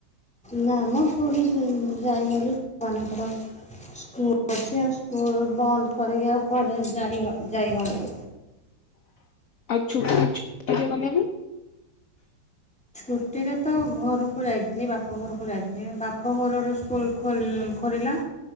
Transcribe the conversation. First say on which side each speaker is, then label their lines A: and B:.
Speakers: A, in the centre; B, on the left.
A: ନାମ ପୁରୀ ଯ ଯାଇନାହିଁ <unintelligible> ସ୍କୁଲ ଅଛି ଆଉ ସ୍କୁଲ ବନ୍ଦ କରିିକି କୁଆଡେ ଯାଇ ଯାଇହୋଉନି।
B: ଆଉ ଛୁଟି ଛୁଟିରେ ଗଲେନି।
A: ଛୁଟିରେ ତ ଘରକୁ ଯାଇଥିଲି ବାପ ଘରକୁ ଯାଇଥିଲି ବାପ ଘରର ସ୍କୁଲ ଖୋଲ୍ ଖୋଲିଲା।